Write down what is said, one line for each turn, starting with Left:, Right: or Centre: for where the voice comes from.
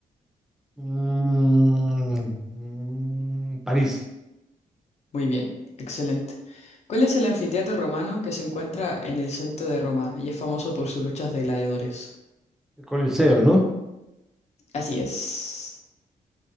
Centre: Mm, mm, París,
Left: Muy bien, excelente. ¿Cuál es el anfiteatro romano que se encuentra en el centro de Roma y es famoso por sus luchas de gladiadores?
Centre: el Coliseo, ¿no?
Left: Así es.